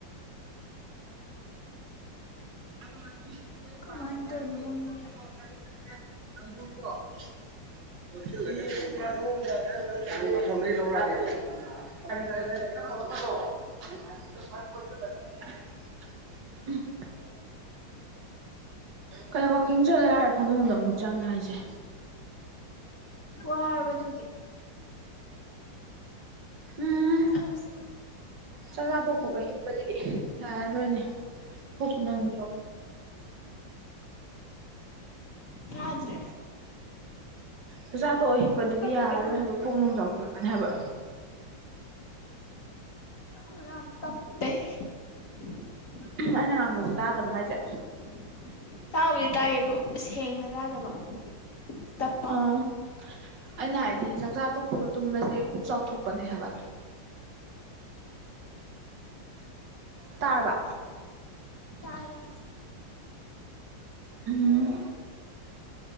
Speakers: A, on the left; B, on the right.
A: <unintelligible>
B: <unintelligible>
A: ꯀꯃꯥꯏꯅ ꯇꯧꯔꯤꯅꯣ ꯈꯪꯗꯦ
B: <unintelligible> <unintelligible> ꯀꯩꯅꯣ ꯋꯥꯛꯀꯤꯡ ꯆꯠꯂꯦ ꯍꯥꯏꯔ ꯐꯃꯨꯡꯗ ꯑꯥꯃꯨꯛ ꯆꯪꯉꯦ ꯍꯥꯏꯖꯦ
A: ꯋꯥꯔꯕ ꯗꯨꯒꯤ
B: ꯍꯨꯝ
A: ꯑꯁ
B: ꯆꯥꯛꯆꯥ ꯇꯣꯛꯄꯒ ꯍꯥꯞ ꯗꯤ ꯌꯥꯔꯣꯏꯅꯦ ꯄꯨꯛ ꯅꯨꯡ <unintelligible>
A: ꯇꯥꯗꯔꯦ
B: ꯆꯥꯛꯆꯥ ꯇꯣꯛꯑ ꯍꯤꯞꯄꯗꯨꯗꯤ
A: ꯇꯞꯄꯦ
B: ꯌꯥꯔꯔꯣꯏ
A: ꯅꯪ
B: ꯍꯥꯏꯕ ꯄꯣꯛ ꯅꯨꯡ ꯆꯥꯎꯊꯣꯛꯂꯛꯑꯅꯤ ꯍꯥꯏꯕ
A: ꯑꯣ ꯅꯈꯣꯟꯗꯣ ꯇꯞꯄꯦ <unintelligible>
B: ꯑꯩꯅ ꯉꯥꯡꯕꯁꯦ ꯇꯥꯗꯕ꯭ꯔꯥ ꯍꯥꯏꯁꯦ
A: ꯇꯥꯕꯨꯗꯤ ꯇꯥꯏꯌꯦ ꯗꯨ ꯏꯁ ꯁꯦꯡꯅ ꯇꯥꯗꯕ ꯇꯞꯄ
B: ꯑꯥꯎ ꯑꯩꯅ ꯍꯥꯏꯗꯤ ꯆꯥꯛꯆꯥ ꯇꯣꯛꯄꯒ ꯇꯨꯝꯕꯖꯦ ꯄꯨꯛ ꯆꯥꯎꯊꯣꯛꯄꯅꯦ ꯍꯥꯏꯕ ꯇꯥꯔꯕ
A: ꯇꯥꯔꯦ
B: ꯎꯝ